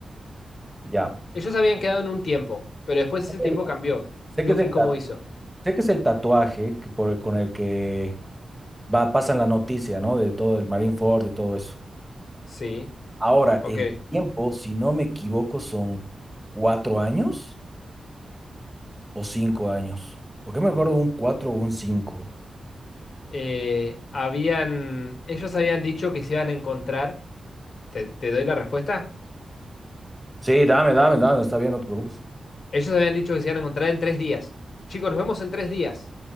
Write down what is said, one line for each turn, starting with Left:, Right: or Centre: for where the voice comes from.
Centre: Ya.
Left: Ellos habían quedado en un tiempo, pero después ese
Centre: El-
Left: tiempo cambió.
Centre: sé
Left: Luffy,
Centre: que es el,
Left: ¿cómo
Centre: ta-
Left: hizo?
Centre: sé que es el tatuaje que por el- con el que va, pasan la noticia, ¿no? De todo el Marine Ford y todo eso.
Left: Sí,
Centre: Ahora,
Left: ok.
Centre: el tiempo, si no me equivoco, son cuatro años o cinco años. ¿Por qué me acuerdo un cuatro o un cinco?
Left: Eh, habían, ellos habían dicho que se iban a encontrar. ¿Te, te doy la respuesta?
Centre: Sí, dame, dame, dame, está bien, no te preocupes.
Left: Ellos habían dicho que se iban a encontrar en tres días. Chicos, nos vemos en tres días.